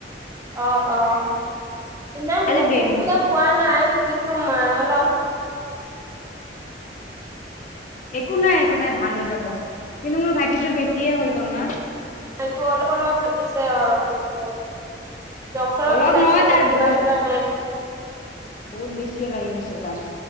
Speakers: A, on the right (about 15°); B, on the left (about 45°).
A: অ অ। ইমান
B: আজি
A: অসুবিধা
B: দেৰি হ'ল
A: পোৱা নাই কিন্তু মাই অলপ
B: একো নাই একো নাই ভাল হৈ যাব। কিন্তু মোৰ ভাইটিটো বেছিয়ে হৈ গ'ল না।
A: এইটো অলপ অলপ লাগিছে <unintelligible> ডক্টৰক
B: অলপ
A: দেখাই
B: নহয়
A: চাই
B: তাৰ
A: কিবা
B: বহুত
A: কিবা মেন
B: বহুত বেছিয়ে লাগি গৈছে তাৰ।